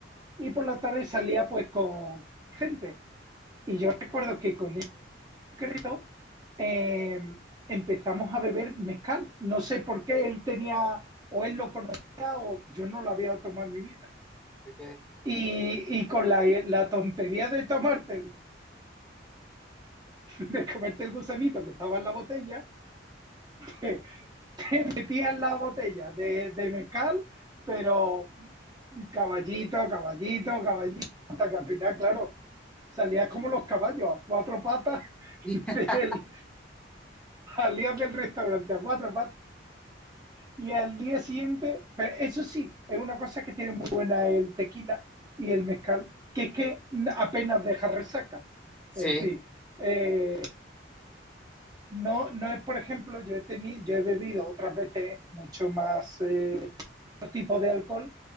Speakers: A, on the right; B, in the centre.
A: y por la tarde salía pues con gente. Y yo recuerdo que con el concreto eh, empezamos a beber mezcal. No sé por qué él tenía, o él lo conocía, o yo no lo había tomado en mi vida.
B: Ok.
A: Y, y con la, la, tontería de tomarte, de comerte el gusanito que estaba en la botella, que metían la botella de, de mezcal, pero caballito, caballito, caballito, hasta que al final, claro, salías como los caballos, a cuatro patas,
B: <laughs>
A: <laughs> del, salías del restaurante a cuatro patas y al día siguiente, pero eso sí, es una cosa que tiene muy buena el tequila y el mezcal, que es que apenas deja resaca.
B: Sí,
A: Es decir, eh, no, no es, por ejemplo, yo he, tenido, yo he bebido otras veces mucho más eh, otro tipo de alcohol